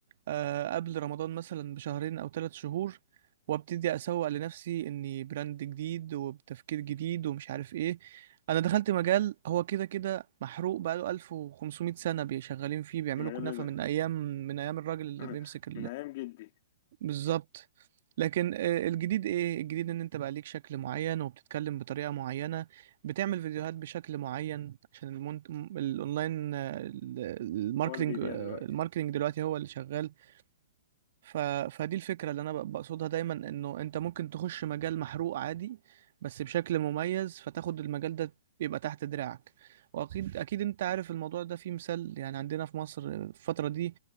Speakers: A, on the right (about 50°); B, on the left (about 45°).
A: آه، قبل رمضان مثلا بشهرين او ثلاث شهور وابتدي اسوق لنفسي اني براند جديد وبتفكير جديد ومش عارف ايه انا دخلت مجال هو كده كده محروق بقاله 1500 سنة بيشغالين فيه بيعملوا
B: المجال
A: كنافة
B: إيه ده
A: من ايام من ايام الراجل اللي
B: <laughs>
A: بيمسك
B: من ايام جدي
A: بالظبط لكن آه، الجديد ايه الجديد ان انت بقى ليك شكل معين وبتتكلم بطريقة معينة بتعمل فيديوهات بشكل معين عشان المنت... م- الاونلاين آه، ال- الماركتينج
B: هو اللي بيبيع
A: آه،
B: دلوقتي
A: الماركتينج دلوقتي هو اللي شغال ف... فدي الفكرة اللي انا ب- بقصدها دايما انه انت ممكن تخش مجال محروق عادي بس بشكل مميز فتاخد المجال ده يبقى تحت دراعك واكيد اكيد انت عارف الموضوع ده فيه مثال يعني عندنا في مصر آه، في الفترة دي